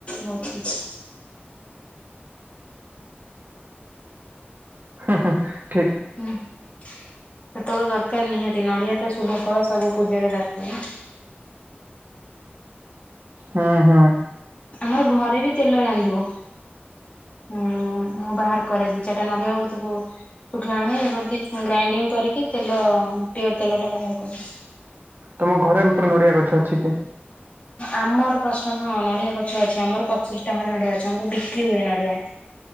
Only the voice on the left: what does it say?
ବହୁତ କିଛି।
ସେତେବେଳେ ଦରକାର ନିହାତି ନଡ଼ିଆ ତ ଶୁଭ ଫଳ ସବୁ ପୂଜାରେ ଦରକାର ନା।
ଆମର ଘରେ ବି ତେଲ ରାନ୍ଧୁ। ହୁଁ ମୁଁ ବାହାର କରେ। ଦି ଚାରିଟା ନଡ଼ିଆ ଓ ତାକୁ ଶୁଖିଲା ନଡିଆ ଇଏ କରିଦେଇକି ଗ୍ରାଇଣ୍ଡିଙ୍ଗ କରିକି ତେଲ ପିଓର ତେଲ ଟା ବାହାର କରୁ।
ଆମର ପ୍ରଶ୍ନ ହଁ ନଡ଼ିଆ ଗଛ ଅଛି ଆମର ପଚିଶ ଟା ଖଣ୍ଡେ ନଡ଼ିଆ ଗଛ ଆମର ବିକ୍ରି ହୁଏ ନଡ଼ିଆ।